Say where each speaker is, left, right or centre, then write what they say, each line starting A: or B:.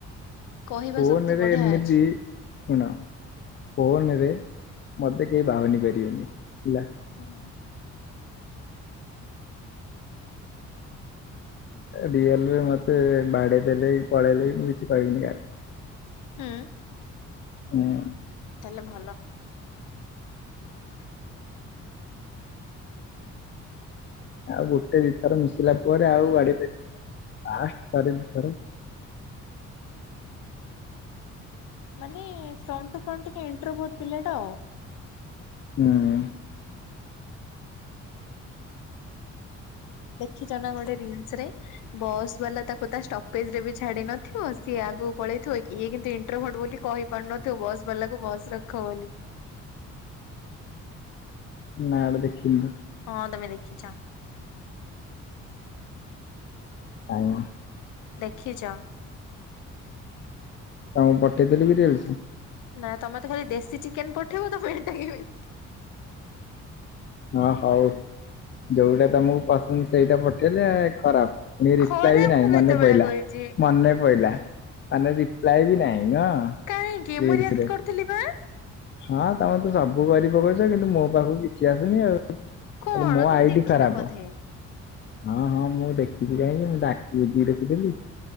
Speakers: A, on the left; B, on the left.
A: କହିବା
B: ଫୋନରେ
A: ଶକ୍ତି ବଢିଆ
B: ଏମିତି
A: ଅଛି।
B: ଶୁଣ, ଫୋନ ରେ ମତେ କେହି ବାହୁନି ପାରିବେନି ହେଲା।
A: ହୁଁ।
B: ରିଏଲରେ ମତେ ବାଡେଇ ଦେଲେ, କି ପଳେଇଲେ, ମୁଁ କିଛି କହିବିନି କାହାକୁ।
A: ହୁଁ
B: ହୁଁ। <unintelligible>
A: ତାହେଲେ ଭଲ।
B: ଆଉ ଗୋଟେ ଦିଇଥର ମିଶିଲା ପରେ ଆଉ ବାଡେଇ ପାରିବେନି ଆଷ୍ଟ ଥରେ ଦିଇଥର।
A: ମାନେ ଫ୍ରଣ୍ଟ ଟୁ ଫ୍ରଣ୍ଟ ଟିକେ ଇଣ୍ଟ୍ରୋ ଭୋଟ ପିଲାଟା ଆଉ।
B: ହୁଁ।
A: ଦେଖିଛ ନା ଗୋଟେ ରିଙ୍ଗସ୍ ରେ। ବସ୍ ବାଲା ତାକୁ ତା ଷ୍ଟପେଜ ରେ ବି ଛାଡି ନଥିବ ସିଏ ଆଗକୁ ପଳେଇଥିବ ଇଏ କିନ୍ତୁ ଇଣ୍ଟ୍ରୋଭୋଟ ବୋଲି କହିପାରୁନଥିବ ବସ୍ ବାଲା କୁ ବସ୍ ରଖବୋଲି।
B: ନାଁ ଏଡା ଦେଖିନି <unintelligible>
A: ହଁ ତମେ ଦେଖିଛ।
B: କାଇଁ ମ।
A: ଦେଖିଛ।
B: ତାଙ୍କୁ ପଠେଇଦେଲି ବି ଟିକେ।
A: ତ ନା ତମେ ତ ଖାଲି ଦେଶୀ ଚିକେନ ପଠେଇବ ତମେ <unintelligible>
B: ହଁ ହଉ ଯୋଉଗୁଡା ତମକୁ ପସନ୍ଦ ସେଇଟା ପଠେଇଲେ ଖରାପ। ରି ରିପ୍ଲାଏ
A: ଖରାପ
B: ବି ନାହିଁ
A: ମୁଁ କେତେବେଳେ
B: ମନେ ପଇଲା,
A: କହିଛି।
B: ମନେ ପଇଲା ମାନେ ରିପ୍ଲାଏ ବି ନାହିଁ। ଏଇନା
A: କାହିଁକି
B: ରିଲ୍ସ୍
A: ମୁଁ ରିଆକ୍ଟ
B: ରେ।
A: କରିଥିଲି ବା
B: ହଁ ତମେ ତ ସବୁ କରି ପକଉଛ କିନ୍ତୁ ମୋ ପାଖକୁ କିଛି ଆସୁନି ଆଉ।
A: କଣ
B: ତାହେଲେ ମୋ
A: ତମେ
B: ଆଇ
A: ଦେଖିନ
B: ଡି ଖରାପ।
A: ବୋଧେ।
B: ହଁ ହଁ ମୁଁ ଦେଖିଛିି କାହିଁକି ମୁଁ ତ ଆଖି ବୁଜିକି ଦେଖୁଥିଲି।